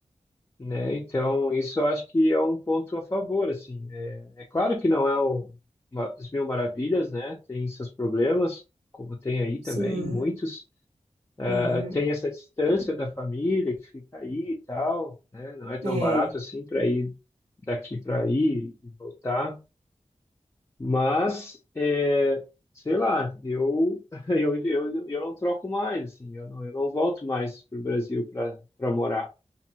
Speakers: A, on the left; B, on the right.
A: né? Então, isso eu acho que é um ponto a favor, assim. É, é claro que não é o, uma, as mil maravilhas, né? Tem seus problemas, como tem aí também,
B: sim,
A: muitos. Ah,
B: uhum,
A: tem essa distância da família que fica aí e tal, né? Não é tão
B: é,
A: barato assim para ir daqui para aí e voltar. Mas, é, sei lá, eu, <laughs> eu, eu, eu não troco mais, assim, eu não, eu não volto mais para o Brasil para para morar.